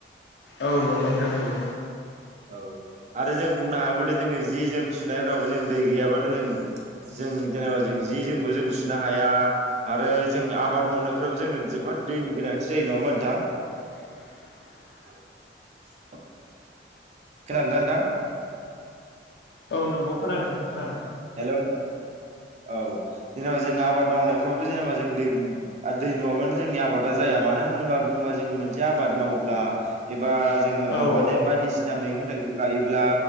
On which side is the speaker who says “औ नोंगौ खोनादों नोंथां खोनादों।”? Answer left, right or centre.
Left